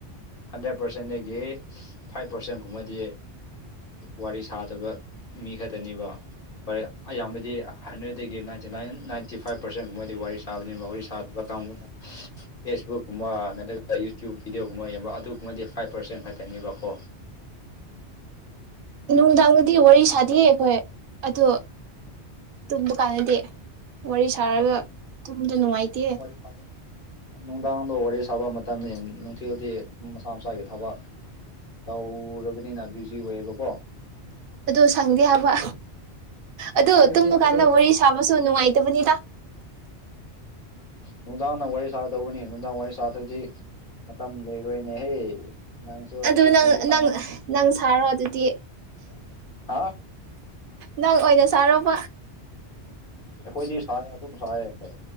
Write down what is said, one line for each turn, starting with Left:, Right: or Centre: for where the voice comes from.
Left: ꯍꯟꯗ꯭ꯔꯦꯠ ꯄꯥꯔꯁꯦꯟꯗꯒꯤ ꯐꯥꯏꯚ ꯄꯥꯔꯁꯦꯟꯒꯨꯝꯕꯗꯤ ꯋꯥꯔꯤ ꯁꯥꯗꯕ ꯃꯤ ꯈꯛꯇꯅꯦꯕ ꯑꯌꯥꯝꯕꯗꯤ ꯍꯟꯗ꯭ꯔꯦꯠꯇꯗꯒꯤ ꯅꯥꯏꯟꯇꯤ ꯅꯥꯏꯟ ꯅꯥꯏꯟꯇꯤ ꯐꯥꯏꯚ ꯄꯥꯔꯁꯦꯟꯒꯨꯝꯕꯗꯤ ꯋꯥꯔꯤ ꯁꯥꯕꯅꯦ ꯋꯥꯔꯤ ꯁꯥ ꯇꯧꯕꯗ ꯀꯪꯕꯨꯅ ꯐꯦꯁꯕꯨꯛ ꯀꯨꯝꯕ ꯅꯠꯇ꯭ꯔꯒ ꯌꯨꯇꯌꯨꯕ ꯚꯤꯗꯤꯑꯣꯒꯨꯝꯕ ꯌꯦꯡꯕ ꯑꯗꯨꯒꯨꯝꯕꯗꯤ ꯐꯥꯏꯚ ꯄꯥꯔꯁꯦꯟ ꯈꯛꯇꯅꯦꯕꯀꯣ
Right: ꯅꯨꯡꯗꯥꯡꯗꯗꯤ ꯋꯥꯔꯤ ꯁꯥꯗꯦꯌꯦ ꯑꯩꯈꯣꯏ ꯑꯗꯣ ꯇꯨꯝꯕ ꯀꯥꯟꯗꯗꯤ ꯋꯥꯔꯤ ꯁꯥꯔꯒ ꯇꯨꯝꯕꯗ ꯅꯨꯡꯉꯥꯏꯇꯦ
Left: ꯍ <inaudible> ꯅꯨꯡꯗꯥꯡꯗꯣ ꯋꯥꯔꯤ ꯁꯥꯕ ꯃꯇꯝꯅꯤ ꯅꯨꯡꯊꯤꯜꯗꯤ ꯃꯁꯥ ꯃꯁꯥꯒꯤ ꯊꯕꯛ ꯇꯧꯔꯕꯅꯤꯅ ꯕꯤꯖꯤ ꯑꯣꯏꯌꯦꯕꯀꯣ
Right: ꯑꯗꯨ ꯁꯪꯗꯦ ꯍꯥꯏꯕ ꯑꯗꯨ
Left: ꯍꯌꯦꯡꯁꯦ
Right: ꯇꯨꯝꯕ
Left: ꯑꯗꯨ
Right: ꯀꯥꯟꯗ ꯋꯥꯔꯤ ꯁꯥꯕꯁꯨ ꯅꯨꯡꯉꯥꯏꯇꯕꯅꯤꯗ
Left: ꯅꯨꯡꯗꯥꯡꯅ ꯋꯥꯔꯤ ꯁꯥꯗꯧꯕꯅꯤ ꯅꯨꯡꯗꯥꯡ ꯋꯥꯔꯤ ꯁꯥꯗ꯭ꯔꯗꯤ ꯃꯇꯝ ꯂꯩꯔꯣꯏꯅꯦꯍꯦ ꯅꯪꯁꯨ
Right: ꯑꯗꯨ
Left: ꯑꯗꯨꯒꯨꯝꯕꯗꯤ
Right: ꯅꯪ
Left: ꯈꯪꯉꯨ
Right: ꯅꯪ ꯅꯪ ꯁꯥꯔꯣ ꯑꯗꯨꯗꯤ
Left: ꯍꯥ
Right: ꯅꯪ ꯑꯣꯏꯅ ꯁꯥꯔꯣꯕ
Left: ꯑꯩꯈꯣꯏꯗꯤ ꯁꯥꯏ ꯑꯗꯨꯝ ꯁꯥꯏꯌꯦ